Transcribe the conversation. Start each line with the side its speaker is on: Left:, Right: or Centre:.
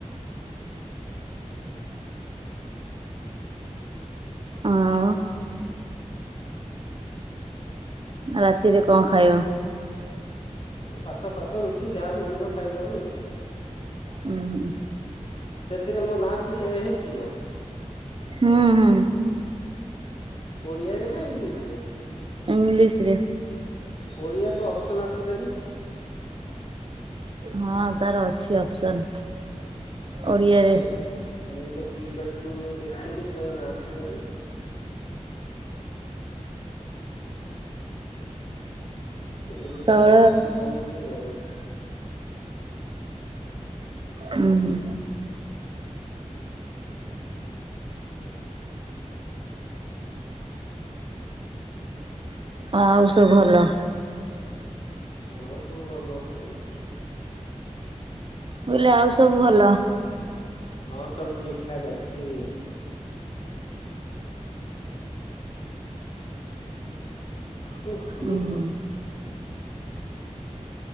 Right: ଆଉ ରାତିରେ କଣ ଖାଇବ?
Left: ଏ ଭାତ ଫାତ ରୁଟି ଯାହା ମିଳିବ ଖାଇଦବ।
Right: ହୁଁ ହୁଁ।
Left: ସେଥିରେ ମୋ ନାଁ ଫିଟ୍ ହେଇଛି ନାଁ
Right: ହୁଁ ହୁଁ
Left: ଓଡ଼ିଆ ରେ ଇଂଲିସ୍ ରେ
Right: ଇଂଲିଶ୍ ରେ।
Left: ଓଡ଼ିଆ ତ ଅପସନ୍ ଆସିଲାନି।
Right: ହଁ ତାର ଅଛି ଅପସନ୍। ଓଡ଼ିଆରେ।
Left: ଆ ମୁଁ ମୁଁ ତ କି ଟକୁ ଦେଖିଲି କାହିଁ ନା ଆସିଲାନି ଇଂଲିଶ୍
Right: ତଳ
Left: ରେ ହବକି ନ କିଏ ଜାଣେ?
Right: ହୁଁ ହୁଁ। ଆଉ ସବୁ ଭଲ?
Left: ହଁ ସବୁ ଭଲ ଚାଲିଛି।
Right: ବୋଇଲେ ଆଉ ସବୁ ଭଲ?
Left: ହଁ ସବୁ ଠିକ୍ ଠାକ୍ ଅଛି। ହ ଓ ହୋ।
Right: ଉୁଁ ହୁଁ